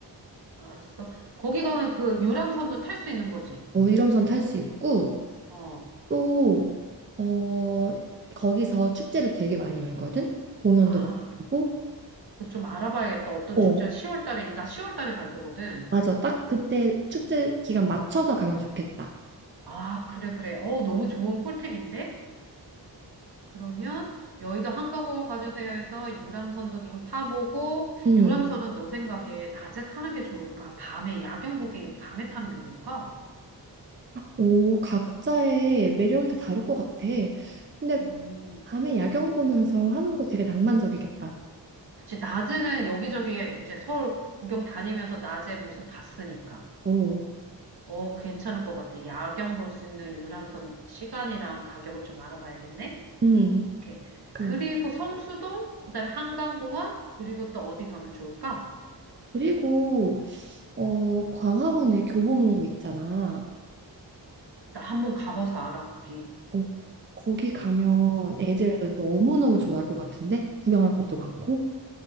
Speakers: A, on the right (about 60°); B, on the right (about 25°).
A: 알았어. 거기 가면 그 유람선도 탈 수 있는 거지.
B: 어, 유람선 탈 수 있고
A: 어.
B: 또 어, 거기서 축제를 되게 많이 열거든. 공연도
A: 아,
B: 많이 하고.
A: 그 좀 알아봐야겠다. 어떤
B: 어,
A: 축제가 10월 달에, 나 10월 달에 갈 거거든.
B: 맞아. 딱 그때 축제 기간 맞춰서 가면 좋겠다.
A: 아, 그래, 그래. 어, 너무 좋은 꿀팁인데? 그러면 여의도 한강공원 가주세요 해서 유람선도 좀 타보고
B: 음.
A: 유람선은 너 생각에 낮에 타는 게 좋을까? 밤에 야경 보기 밤에 타는 게 좋을까?
B: 오, 각자의 매력이 다 다를 것 같아. 근데
A: 오,
B: 밤에 야경 보면서 하는 거 되게 낭만적이겠다.
A: 그치 낮에는 여기저기 이제 서울 구경 다니면서 낮에 모습 봤으니까
B: 오,
A: 어 괜찮을 것 같아. 야경 볼 수 있는 유람선 시간이랑 가격을 좀 알아봐야겠네.
B: 음,
A: 이렇게
B: 그럼.
A: 그리고 성수동 그다음에 한강공원 그리고 또 어디 가면 좋을까?
B: 그리고 어, 광화문에 교보문고 있잖아.
A: 나 한번 가봐서 알아 거기.
B: 어, 거기 가면
A: 아,
B: 애들 너무너무 좋아할 것 같은데? 구경할 것도 많고?